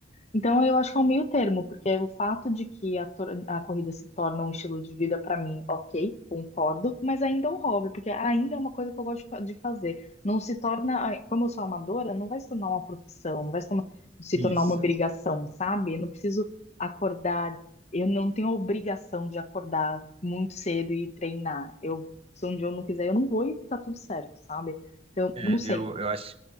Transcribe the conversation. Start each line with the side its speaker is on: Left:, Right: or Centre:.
Left: Então, eu acho que é um meio termo, porque é o fato de que a, tor- a corrida se torna um estilo de vida para mim, ok, concordo, mas ainda é um hobby, porque ainda é uma coisa que eu gosto de fa- de fazer. Não se torna, como eu sou amadora, não vai se tornar uma profissão, não vai se tornar, se
Right: Isso.
Left: tornar uma obrigação, sabe? Eu não preciso acordar, eu não tenho a obrigação de acordar muito cedo e treinar. Eu, se um dia eu não quiser, eu não vou e tá tudo certo, sabe? Então,
Right: É,
Left: não sei.
Right: eu, eu acho,